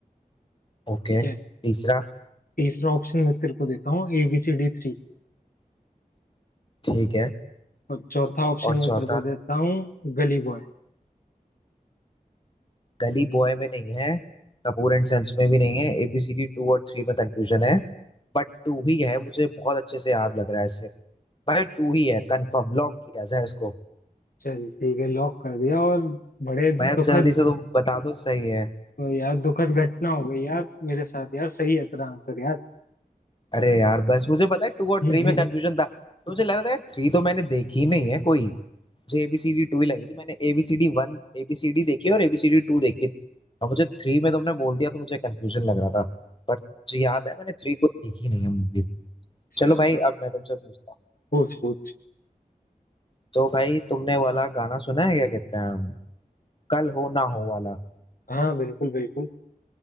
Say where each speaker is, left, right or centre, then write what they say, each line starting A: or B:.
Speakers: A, on the left; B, on the left.
A: ओके
B: ठीक है
A: तीसरा
B: तीसरा ऑप्शन मैं तेरे को देता हूँ एबीसीडी थ्री
A: ठीक है
B: और चौथा ऑप्शन
A: और चौथा
B: मैं तेरे को देता हूँ गली बॉय
A: गली बॉय में नहीं है कपूर एंड संस में भी नहीं है एबीसीडी टू और थ्री में कंफ्यूजन है बट टू ही है मुझे बहुत अच्छे से याद लग रहा है इसे भाई टू ही है कंफर्म लॉक किया जाए इसको
B: चल ठीक है लॉक कर दिया और बड़े दुखद
A: भाई अब जल्दी से तुम बता दो सही है
B: यार दुखद घटना हो गई यार मेरे साथ यार सही है तेरा आंसर यार
A: अरे यार बस मुझे पता है टू और
B: <laughs>
A: थ्री में कंफ्यूजन था तो मुझे लग रहा था यार थ्री तो मैंने देखी नहीं है कोई मुझे एबीसीडी टू ही लग रही थी मैंने एबीसीडी वन एबीसीडी देखी है और एबीसीडी टू देखी और मुझे थ्री में तुमने बोल दिया तो मुझे कंफ्यूजन लग रहा था पर मुझे याद है मैंने थ्री कोई देखी नहीं है मूवी
B: चल
A: चलो भाई
B: भाई
A: अब मैं तुमसे पूछता हूँ
B: पूछ पूछ
A: तो भाई तुमने वाला गाना सुना है क्या कहते हैं कल हो ना हो वाला
B: हाँ बिल्कुल बिल्कुल